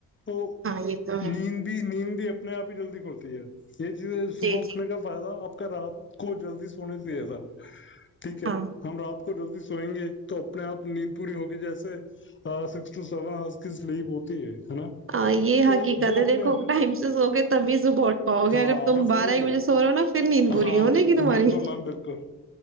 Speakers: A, on the left; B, on the right.
A: تو
B: ہاں یہ تو
A: نیند
B: ہے
A: بھی نیند اپنے آپ ہی جلدی کھلتی ہے یہ چیزیں صبح
B: جی جی
A: اٹھنے کا فائد تھا کر رات کو جلدی سونے سے یہ سر ٹھیک ہے
B: ہاں
A: ہم رات کو جلدی سوئیں گے تو اپنے آپ نیند پوری ہوگی جیسے سکسٹن سیون ہورس کی سلیپ ہوتی ہے ہے نا
B: ہاں یہ
A: تو
B: حقیقت
A: وہ
B: ہے
A: اپنے
B: دیکھو ٹائم سے سو گے تبھی سے ووٹ پاؤ گے
A: ہاں
B: اگر تم
A: بس
B: بارہ
A: وہی
B: ایک
A: ہے
B: بجے سو رہے ہو نا پھر نیند بورریی
A: ہاں
B: ہونے کی تمہاری
A: بالکل میم بالکل